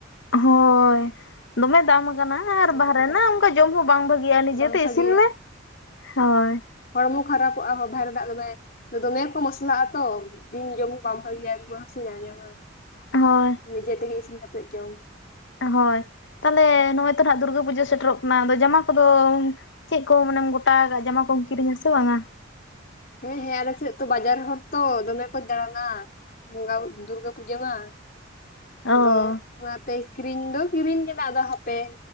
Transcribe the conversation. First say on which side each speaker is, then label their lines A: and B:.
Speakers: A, on the left; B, on the left.
A: ᱦᱳᱭ ᱫᱚᱢᱮ ᱫᱟᱢ ᱟᱠᱟᱱᱟ ᱟᱨ
B: ᱫᱚᱢᱮ
A: ᱵᱟᱦᱮᱨᱮ ᱱᱟᱜ
B: ᱫᱟᱢ ᱟᱠᱟᱱᱟ
A: ᱚᱱᱠᱟ ᱡᱚᱢ ᱦᱚᱸ ᱵᱟᱝ ᱵᱷᱟᱜᱤᱜᱼᱟ ᱱᱤᱡᱮᱛᱮ
B: ᱵᱟᱝ ᱵᱷᱟᱜᱮᱭᱟ
A: ᱤᱥᱤᱱ ᱢᱮ, ᱦᱳᱭ᱾
B: ᱦᱚᱲᱢᱚ ᱠᱷᱟᱨᱟᱯᱚᱜᱼᱟ ᱦᱚᱵᱷᱟᱨ ᱫᱟᱜ ᱫᱚ ᱵᱟᱭ ᱫᱚᱢᱮ ᱠᱚ ᱢᱚᱥᱞᱟᱜ ᱟᱛᱚ ᱫᱤᱱ ᱡᱚᱢ ᱵᱟᱝ ᱵᱷᱟᱹᱜᱤᱭᱟ ᱨᱩᱣᱟᱹ ᱦᱟᱹᱥᱩ ᱧᱟᱧᱟᱢᱟ᱾
A: ᱦᱳᱭ᱾
B: ᱱᱤᱡᱮ ᱛᱮᱜᱮ ᱤᱥᱤᱱ ᱠᱟᱛᱮᱫ ᱡᱚᱢ᱾
A: ᱦᱳᱭ, ᱛᱟᱦᱞᱮ ᱱᱚᱜᱼᱚᱭ ᱛᱚ ᱱᱟᱦᱟᱸᱜ ᱫᱩᱨᱜᱟᱹ ᱯᱩᱡᱟᱹ ᱥᱮᱴᱮᱨᱚᱜ ᱠᱟᱱᱟ ᱟᱫᱚ ᱡᱟᱢᱟ ᱠᱚᱫᱚ ᱪᱮᱫ ᱠᱚ ᱢᱟᱱᱮᱢ ᱜᱚᱴᱟ ᱟᱠᱟ ᱡᱟᱢᱟ ᱠᱚᱢ ᱠᱤᱨᱤᱧᱟ ᱥᱮ ᱵᱟᱝᱟ?
B: ᱦᱮᱸ ᱦᱮᱸ ᱟᱞᱮ ᱥᱮᱫ ᱛᱚ ᱵᱟᱡᱟᱨ ᱦᱚᱲ ᱛᱚ ᱫᱚᱢᱮ ᱠᱚ ᱫᱟᱲᱟᱱᱟ᱾ ᱵᱚᱸᱜᱟᱭ ᱫᱩᱨᱜᱟᱹ ᱯᱩᱡᱟᱹ ᱢᱟ
A: ᱚ
B: ᱟᱫᱚ ᱚᱱᱟᱛᱮ ᱠᱤᱨᱤᱧ ᱫᱚ ᱠᱤᱨᱤᱧ ᱠᱮᱫ ᱟᱫᱚ ᱦᱟᱯᱮ